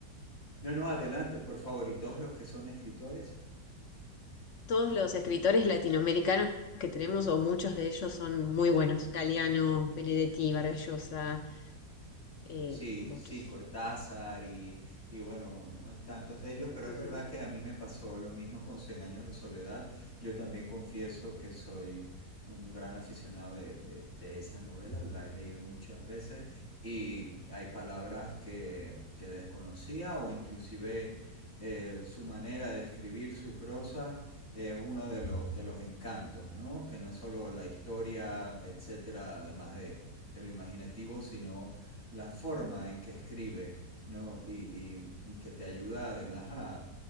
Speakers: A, on the left; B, on the left.
A: No, no, adelante, por favor. ¿Y todos los que son escritores?
B: Todos los escritores latinoamericanos que tenemos, o muchos de ellos, son muy buenos. Galeano, Benedetti, Vargas Llosa, eh,
A: Sí,
B: muchos.
A: sí, Cortázar y, y bueno, tantos de ellos, pero
B: Ujú.
A: es verdad que a mí me pasó lo mismo con Cien años de soledad. Yo también confieso que soy un gran aficionado de, de- de esa novela, la he leído muchas veces y hay palabras que, que desconocía o inclusive eh, su manera de escribir su prosa es uno de los, de los encantos, ¿no? Que no es solo la historia, etcétera, además de de lo imaginativo, sino la forma en que escribe, ¿no? Y, y que te ayuda además a,